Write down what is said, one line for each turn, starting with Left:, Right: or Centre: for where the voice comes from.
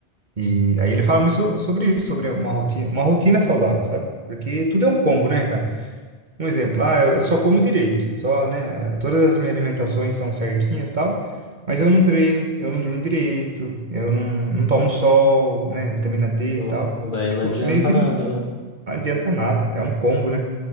Right: E aí ele fala muito so- sobre isso, sobre uma rotina, uma rotina saudável, sabe? Porque tudo é um combo, né, cara? Um exemplo, ah, eu, eu só como direito, só, né? Todas as minhas alimentações são certinhas e tal, mas eu não treino, eu não durmo direito, eu não, não tomo sol, né? Vitamina D
Left: Hum,
Right: e tal.
Left: Daí
Right: Tipo,
Left: não adianta
Right: meio que
Left: nada,
Right: não
Left: né?
Right: adianta nada, é um combo, né?